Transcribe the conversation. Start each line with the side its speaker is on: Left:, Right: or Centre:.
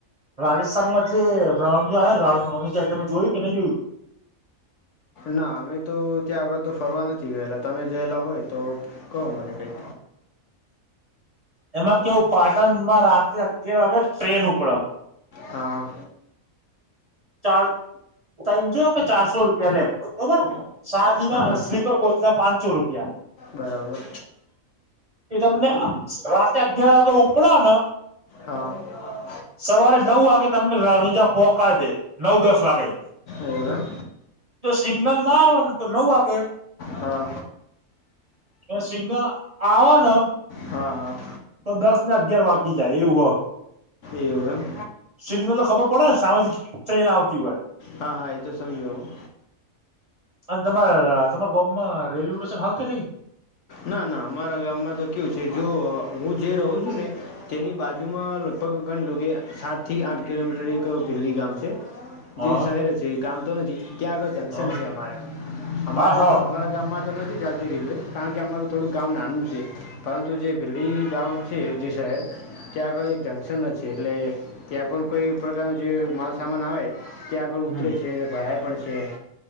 Right: રાજસ્થાનમાં જે રણજા હે રણ રણજાય તમે જોયું કે નહી જોયું?
Left: ના અમે તો ત્યાં આગળ તો ફરવા નથી ગયેલા તમે ગયેલા હોય તો કહો મને કઈક.
Right: એમાં કેવું પાટણમાં રાત્રે અગિયાર વાગે ટ્રેન ઉપડે.
Left: હા.
Right: ચાર તસો કે ચારસો રૂપિયા લે બરોબર સાદીના
Left: હા
Right: સ્લીપર કોચ ના પાંચસો રૂપિયા.
Left: બરાબર
Right: એ તમને રાતે અગિયાર વાગે ઉપડેને
Left: હા.
Right: સવારે નવ વાગે તમને રણુજા પોકાડ દે નવ દસ વાગે.
Left: એવું એમ
Right: જો સિગ્નલ ના આવે ન તો નવ વાગે
Left: હા
Right: એ સિગ્નલ આવા ને
Left: હા હા.
Right: તો દસ ને અગિયાર વાગી જાય એવું હે.
Left: એવું એમ
Right: સિગ્નલ તો ખબર પડે ને સામેજ ટ્રેન આવતી હોય.
Left: હા હા એતો સમજું હું.
Right: અને તમારા તમારા ગોમમાં રેલવે સ્ટેશન હારુ કે નહી
Left: ના ના અમારા ગામમાં તો કેવું છે જો હું જે રહું છું ને તેની બાજુમાં લગભગ ઘણી લોકો સાત થી આઠ કિલોમીટર એક ભીલી ગામ છે.
Right: હા
Left: જે શહેરો છે ગામ તો નથી ત્યાં આગળ જંક્શન
Right: હ
Left: છે અમારા. અમારા
Right: હા હા
Left: જે અમારા ગામમાં તો નથી ચાલતી રેલવે કારણ કે અમારું થોડુંક ગામ નાનું છે. પરંતુ જે બીરડી ગામ છે એ જે શહેર ત્યાં આગળ એક જંક્શન જ છે એટલે ત્યાં પણ કોઈ પ્રકારનું જે માલસામાન આવે. ત્યાં આગળ
Right: હમ
Left: ઉતરે છે, ભરાય પણ છે.